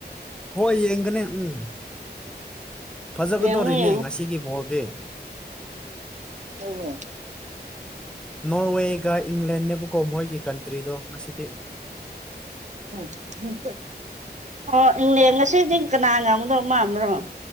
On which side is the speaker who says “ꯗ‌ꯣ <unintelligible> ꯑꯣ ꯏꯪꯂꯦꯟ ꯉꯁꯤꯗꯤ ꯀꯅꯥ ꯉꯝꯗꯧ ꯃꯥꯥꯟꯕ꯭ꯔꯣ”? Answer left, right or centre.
Right